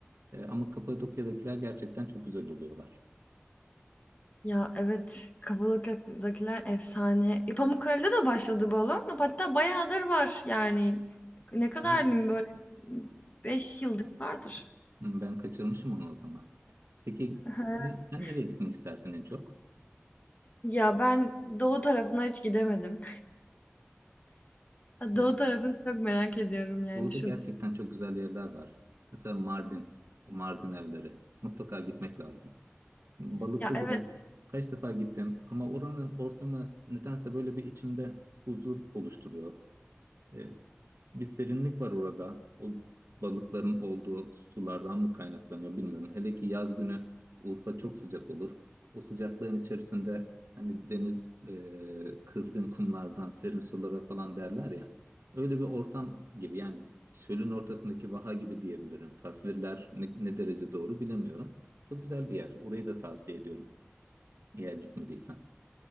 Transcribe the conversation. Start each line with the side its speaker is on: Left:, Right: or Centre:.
Right: Ee, ama Kapadokya'dakiler gerçekten çok güzel oluyorlar.
Left: Ya evet, Kapadokya'dakiler efsane. E, Pamukkale'de de başladı bu alan. Hatta bayağıdır var yani. Ne kadar
Right: Evet.
Left: diyeyim böyle 5 yıldır vardır.
Right: Ben kaçırmışım onu o zaman. Peki
Left: <laughs>
Right: sen nereye gitmek istersin en çok?
Left: Ya ben doğu tarafına hiç gidemedim. <laughs>
Right: Ee,
Left: Doğu tarafını çok merak ediyorum yani
Right: Doğu'da
Left: şu.
Right: gerçekten çok güzel yerler var. Mesela Mardin, o Mardin evleri. Mutlaka gitmek lazım. Balıklı
Left: Ya evet.
Right: Göl, kaç defa gittim ama oranın ortamı nedense böyle bir içimde huzur oluşturuyor. Ee, bir serinlik var orada. O balıkların olduğu sulardan mı kaynaklanıyor bilmiyorum. Hele ki yaz günü Urfa çok sıcak olur. O sıcaklığın içerisinde hani deniz e, kızgın kumlardan serin sulara falan derler ya. Öyle bir ortam gibi yani çölün ortasındaki vaha gibi diyebilirim. Tasvirler ne, ne derece doğru bilemiyorum. Çok güzel bir yer. Orayı da tavsiye ediyorum. Eğer gitmediysen.